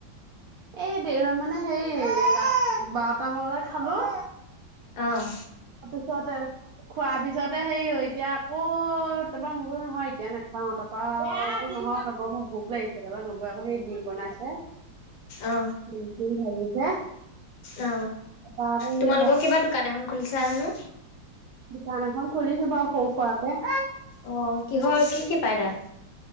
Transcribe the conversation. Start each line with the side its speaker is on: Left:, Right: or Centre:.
Right: এই দেওবাৰ মানে হেই বাৰটামান বজাত খালো।
Left: অহ।
Right: কতে। খোৱাৰ পিছতে হেৰি হয় এতিয়া আকৌ তাৰ পৰা মই বোলোঁ নহয় এতিয়া নাখাওঁ তাৰ পৰা। নহয় নবৌ মোক ভোক লাগিছে তাৰ পৰা। আকৌ সেই ডিম বনাইছে
Left: অ
Right: ডিম চিম ভাজিছে।
Left: অ
Right: তাৰপা আকৌ
Left: তোমালোকৰ কিবা দোকান এখন খুলিছা হেনো।
Right: দোকান এখন খুলিছে বাৰু সৰু সুৰা কে।
Left: অ কিহৰ কি কি পায় দাত।